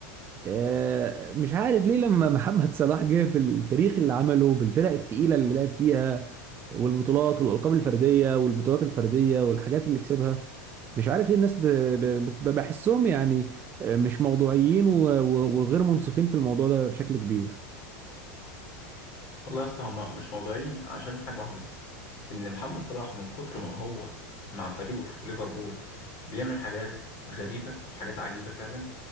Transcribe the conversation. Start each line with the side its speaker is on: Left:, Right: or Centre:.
Right: آه، مش عارف ليه لما <laughs> محمد صلاح جه بالتاريخ اللي عمله بالفرق التقيله اللي لعب فيها والبطولات والالقاب الفرديه والبطولات الفرديه والحاجات اللي كسبها مش عارف ليه الناس ب... ب... بت- بحسهم يعني آه، مش موضوعيين و... و... وغير منصفين في الموضوع ده بشكل كبير
Left: والله يا اسطى هما مش موضوعين عشان حاجة واحدة بس إن محمد صلاح من كتر ما هو مع فريقه في ليفربول بيعمل حاجات غريبة وحاجات عجيبة فعلا